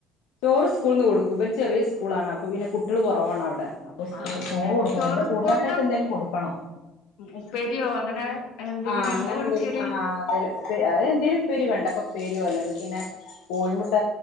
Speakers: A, on the left; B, on the left.
A: ചോറ് സ്കൂൾന്ന് കൊടുക്കും ഇവര് ചെറിയ സ്കൂൾ ആണ് അപ്പൊ പിന്നെ കുട്ടികള് കുറവാണവിടെ അപ്പൊ
B: ആഹ്
A: ചോറ് കൊടുക്കും ഞങ്ങൾ കൂട്ടാനായിട്ട്
B: സ്കൂൾന്ന്
A: എന്തേലും കൊടുക്കണം
B: ഉപ്പേരിയോ അങ്ങനെ എന്തെങ്കിലും
A: ആഹ് അങ്ങനെ
B: എന്താ കൊടുക്കല്
A: എന്തും ആ എന്തേലും ആ എന്തേലും പ്പേരി വെണ്ടേ കപ്പെരിപോലെ അല്ലെങ്കി പിന്നെ കോഴിമുട്ട